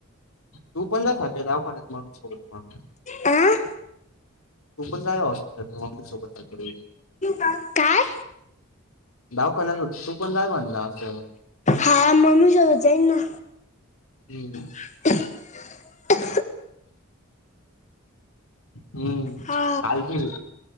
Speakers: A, on the left; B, on the left.
A: तू पण दाखवायचं दावाखान्यात मम्मी सोबत मग.
B: आं?
A: तू पण जाय हॉस्पिटलला मम्मी सोबत रात्री
B: <unintelligible> काय?
A: दावाखान्याचं तू पण जाय म्हणलं असं.
B: हा मम्मी सोबत जाईन ना.
A: हं हं
B: <unintelligible>
A: हम्म.
B: हा
A: काल बिल